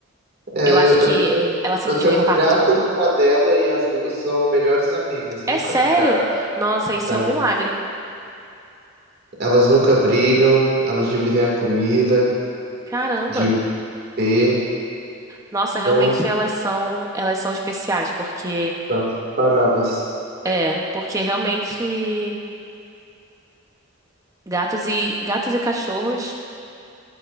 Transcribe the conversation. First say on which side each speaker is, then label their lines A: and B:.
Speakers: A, on the right (about 45°); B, on the right (about 15°).
A: É,
B: Eu acho
A: eu, eu
B: que
A: tenho,
B: ela sentiu
A: eu tenho
B: o
A: uma
B: impacto.
A: gata e uma cadela e as duas são melhores amigas, nunca
B: É sério?
A: brigaram.
B: Nossa, isso
A: né?
B: é um milagre.
A: Elas nunca brigam, elas dividem a comida.
B: Caramba.
A: de ter
B: Nossa, realmente
A: são,
B: elas são, elas são especiais, porque
A: são inseparáveis.
B: é, porque realmente gatos e gatos e cachorros,